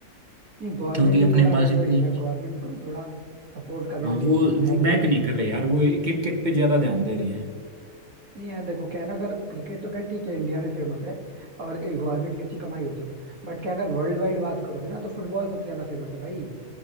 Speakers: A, on the right (about 90°); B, on the right (about 35°).
A: नहीं गवर्नमेंट
B: क्योंकि
A: भी
B: अपने
A: थोड़ा
B: पास
A: गड़बड़ी
B: इतनी
A: है ना गवर्नमेंट को भी थोड़ा सपोर्ट करना
B: हाँ
A: चाहिए
B: वो
A: यार है
B: वो
A: कि
B: बैक
A: नहीं
B: नहीं कर रहे यार वो क्रिकेट पे ज्यादा ध्यान दे रहे हैं
A: नहीं यार देखो क्या है ना अगर क्रिकेट तो क्या है, ठीक है इंडिया में फेमस है और गवर्नमेंट की अच्छी कमाई होती है बट क्या अगर वर्ल्ड वाइड बात करोगे ना तो फुटबॉल सबसे ज्यादा फेमस है भाई